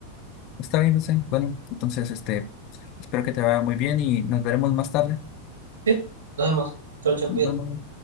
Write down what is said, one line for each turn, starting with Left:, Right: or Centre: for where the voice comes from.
Left: Está bien, José. Bueno, entonces este, espero que te vaya muy bien y nos veremos más tarde.
Right: Sí, nos vemos. Chau, chau,
Left: Nos
Right: cuídate.
Left: vemos.